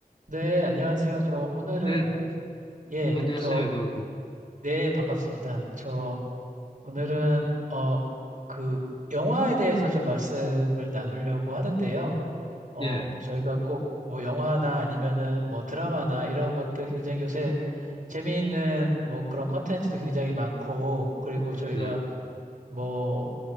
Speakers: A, on the right; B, on the left.
A: 네, 안녕하세요. 저 오늘은
B: 예,
A: 예,
B: 안녕하세요,
A: 저
B: 에드워드.
A: 네, 반갑습니다. 저 오늘은 어 그 영화에 대해서 좀 말씀을 나누려고 하는데요. 어
B: 예,
A: 뭐 저희가 꼭 뭐 영화나 아니면은 뭐 드라마나 이런 것들 굉장히 요새 재미있는 뭐 그런 컨텐츠도 굉장히 많고 그리고 저희가
B: 네,
A: 뭐